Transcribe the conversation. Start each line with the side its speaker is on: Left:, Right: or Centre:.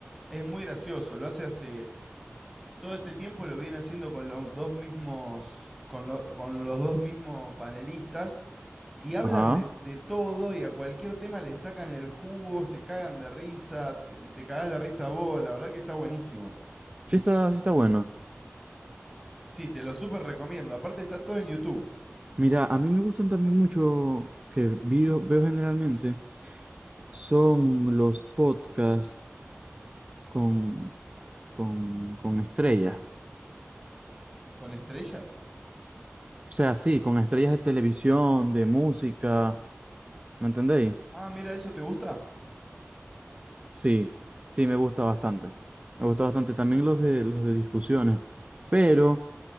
Centre: es muy gracioso. Lo hace hace todo este tiempo lo viene haciendo con los dos mismos, con, lo- con los dos mismos panelistas y hablan
Right: ajá.
Centre: de, de todo y a cualquier tema le sacan el jugo, se cagan de risa, te, te cagás de risa vos, la verdad que está buenísimo.
Right: Sí está, sí está bueno.
Centre: Sí, te lo súper recomiendo. Aparte está todo en YouTube.
Right: Mira, a mí me gustan también mucho, que vi- veo generalmente, son los podcasts con, con, con estrellas.
Centre: ¿Con estrellas?
Right: O sea, sí, con estrellas de televisión, de música, ¿me entendéis?
Centre: Ah, mira, ¿eso te gusta?
Right: Sí, sí, me gusta bastante. Me gusta bastante también los de, los de discusiones. Pero